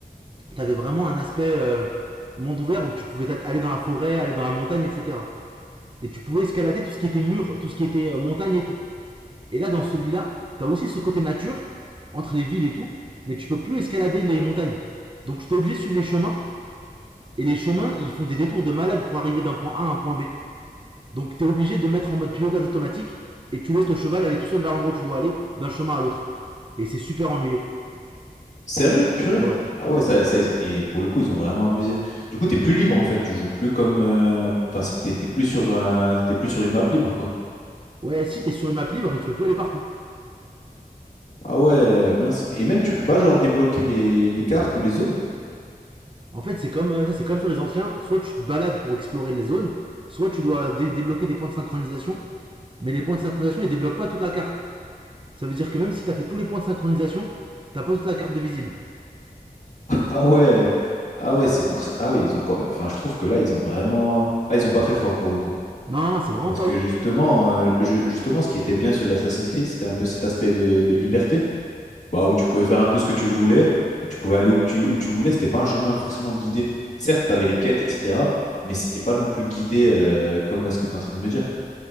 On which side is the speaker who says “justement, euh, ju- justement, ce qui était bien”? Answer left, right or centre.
Left